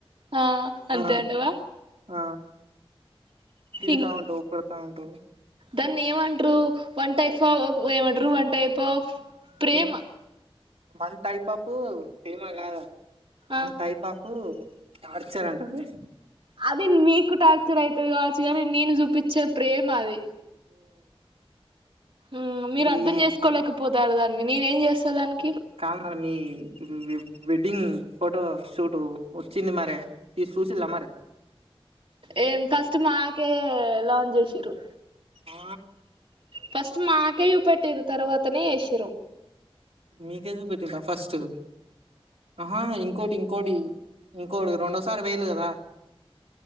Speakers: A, on the right; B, on the right.
A: ఆ అంతే
B: ఆ
A: అంటవా?
B: ఆ తిడతా
A: ఇం
B: ఉంటవు, కొడతా ఉంటవు
A: దాన్ని ఏం అంట్రూ వన్ టైప్ ఆఫ్, ఏమంట్రూ వన్ టైప్ ఆఫ్ ప్రేమ
B: ఏ వన్ టైప్ ఆఫు ఫెమ కాద? వన్
A: ఆ
B: టైప్ ఆఫ్ టార్చర్ అంటరు దాన్ని.
A: అది మీకు టార్చర్ అయి తది కావచ్చు గని నేను చూపించే ప్రేమ అది. ఉమ్ మీరు
B: ఈ
A: అర్ధం చేసుకోలేకపోతారు దాన్ని, నేనే ఏం చేస్తా దానికి
B: కాదు మరి మీ వె వెడ్డింగ్ ఫోటో షూటూ వచ్చింది మరే తీసి చూసిల్లా మరే.
A: ఏం ఫస్ట్ మాకే లాంచ్ చేసిర్రు.
B: ఆ
A: ఫస్ట్ మాకే చూపెటిర్రు తర్వాతనే ఎష్
B: మీకె చుపెట్టిలా ఫస్ట్? ఆహా ఇంకోటి ఇంకోటి ఇంకోడు రెండోసారి పోయిళ్లు కదా.